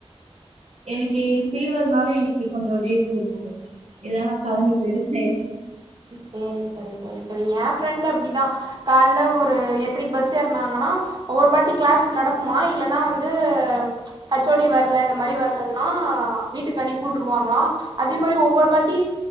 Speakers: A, on the right (about 80°); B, on the right (about 40°).
A: இனக்கி ஃபீவர்னாலே இனக்கி கொஞ்ச லீவ் போட்ருக்கேன் இல்லனா கெளம்பி போயிருப்பே
B: சேரிங் தோழி சேரிங் தோழி ஏ ஃப்ரெண்ட் அப்டிதான் கால்ல ஒரு எட்ரைக்கு பஸ் ஏறனாங்கன்னா ஒரு வாட்டி கிளாஸ் நடக்குமா இல்லன்னா வந்து ஹச்சோடி வர்ல இந்த மாரி வர்லன்னா வீட்டுக்கு அனுப்பிட்டுருவாங்களாம் அதே மாதிரி ஒவ்வொரு வாட்டி